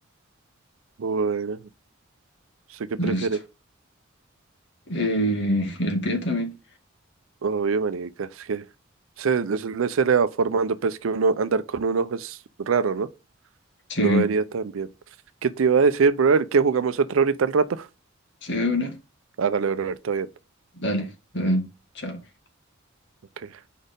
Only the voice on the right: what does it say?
Bueno, ¿usted qué
prefiere?
Obvio, manica, es que se, se, le- se le va formando, pues que uno andar con un ojo es raro, ¿no?
No vería tan bien. ¿Qué te iba a decir, brother? ¿Que jugamos otra ahorita al rato?
Hágale, brother, todo bien.
Ok.